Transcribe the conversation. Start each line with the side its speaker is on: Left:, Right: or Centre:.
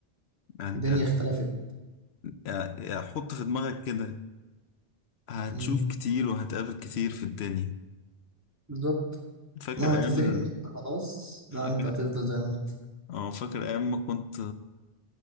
Left: يعني
Right: الدنيا
Left: انت
Right: اختلفت
Left: يعني حط في دماغك كده هتشوف
Right: امم
Left: كتير وهتقابل كتير في الدنيا
Right: بالظبط
Left: فاكر
Right: مهما
Left: ايام
Right: تفتكر
Left: ال...
Right: ان انت خلاص لا
Left: فاكر
Right: انت هتفضل زي ما انت
Left: اه فاكر ايام ما كنت